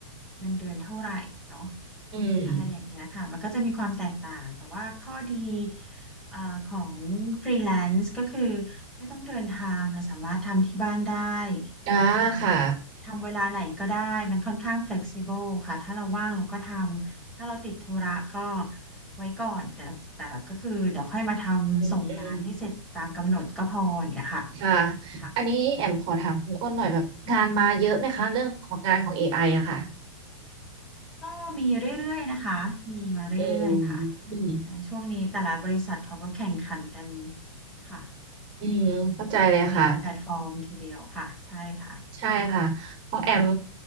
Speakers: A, in the centre; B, on the right (about 30°).
A: เงินเดือนเท่าไหร่เนาะ
B: อืม
A: อะไรอย่างเงี้ยค่ะมันก็จะมีความแตกต่างแต่ว่าข้อดีเอ่อของฟรีแลนซ์ก็คือไม่ต้องเดินทางเราสามารถทำที่บ้านได้
B: อ่าค่ะ
A: เอ่อ ทำเวลาไหนก็ได้มันค่อนข้าง flexible ค่ะถ้าเราว่างเราก็ทำถ้าเราติดธุระก็ไว้ก่อนแต่ละแต่ก็คือเดี๋ยวค่อยมาทำส่งงานให้เสร็จตามกำหนดก็พออย่างเงี้ยค่ะ
B: อืมอืมค่ะ
A: ค่ะ
B: อันนี้แอมขอถามคุณอ้นหน่อยแบบงานมาเยอะไหมคะเรื่องของงานของ AI อไออะค่ะ
A: ก็มีเรื่อยๆนะคะมีมาเรื่อยๆค่ะ
B: อืมอืม
A: เอ่อช่วงนี้แต่ละบริษัทเขาก็แข่งขันกันค่ะ
B: อืมเข้าใจเลยค่ะ
A: มีหลายแพลตฟอร์มทีเดียวค่ะใช่ค่ะ
B: ใช่ค่ะของแอม